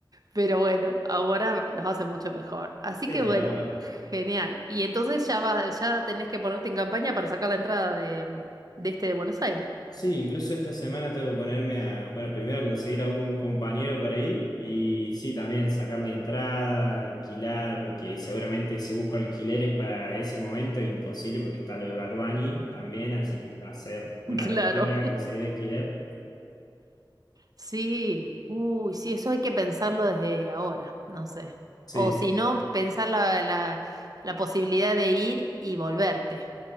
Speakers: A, on the right; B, on the left.
A: Pero bueno, ahora los hacen mucho mejor. Así
B: Sí,
A: que bueno,
B: obvio.
A: genial. Y entonces ya va, ya tenés que ponerte en campaña para sacar la entrada de, de este de Buenos Aires.
B: Sí, incluso esta semana tengo que ponerme a, bueno, primero conseguir a un compañero para ir y sí, también sacar la entrada, alquilar, porque seguramente si busco alquileres para ese momento es imposible porque está lo de Bad Bunny también, así que va a ser una
A: <laughs> Claro.
B: locura conseguir alquiler.
A: Sí, uy, sí, eso hay que pensarlo desde ahora, no sé.
B: Sí,
A: O
B: sí.
A: si no, pensar la, la, la posibilidad de ir y volverte,